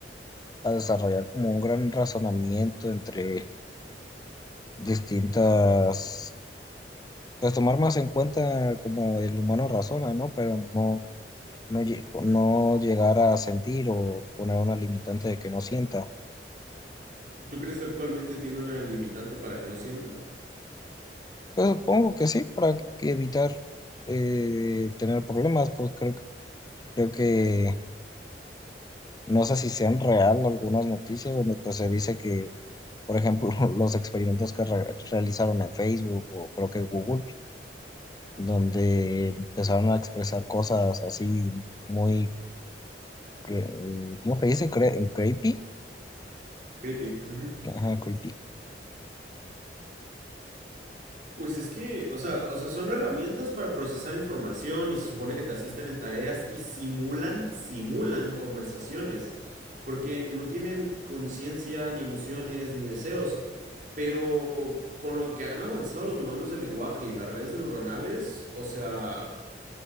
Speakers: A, on the left; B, on the right.
A: a desarrollar como un gran razonamiento entre distintas, pues tomar más en cuenta como el humano razona, ¿no? Pero no, no, lle- no llegar a sentir o poner una limitante de que no sienta.
B: ¿Tú crees que actualmente tiene una limitante para que no sienta?
A: Pues supongo que sí, para que evitar eh, tener problemas, pues creo, creo que No sé si sean real algunas noticias donde pues se dice que, por ejemplo, <laughs> los experimentos que re- realizaron en Facebook o creo que Google, donde empezaron a expresar cosas así muy, cre- eh, ¿cómo se dice? Cre- creepy.
B: Creepy. ujú.
A: Ajá, creepy.
B: Pues es que, o sea, o sea, son herramientas para procesar información y se supone que te asisten en tareas y simulan, simulan conversaciones, porque no tienen conciencia, ni emociones, ni deseos. Pero con lo que han avanzado los modelos de lenguaje y las redes neuronales, o sea,